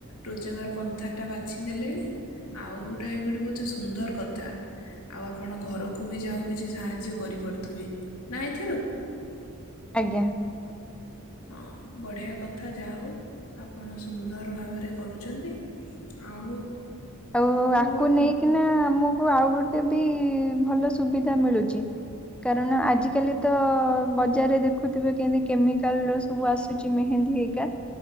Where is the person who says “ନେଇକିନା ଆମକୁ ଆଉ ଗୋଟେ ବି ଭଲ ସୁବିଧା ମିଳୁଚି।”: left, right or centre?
Centre